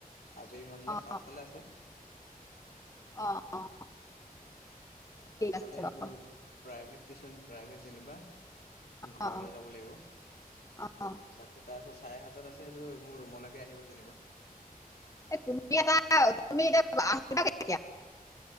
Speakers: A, on the left; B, on the left.
A: আবেলি মানলৈ
B: অ'
A: পাঁচটালৈ আছে।
B: অ', অ', ঠিক
A: পাঁচটালে
B: আছে
A: সেইটো
B: বাৰু
A: প্ৰাইভেট টিউচন প্ৰাইভেট যেনিবা, ঘৰলে
B: অ' অ'
A: যাবলে লাগিব,
B: অ' অ'
A: বাকি তাৰপিছত চাৰে সাতটাত আছে সেইটো মোৰ ৰুমলৈকে আহিব যেনিবা
B: এই তুমি এটা, তুমি এতিয়া <unintelligible>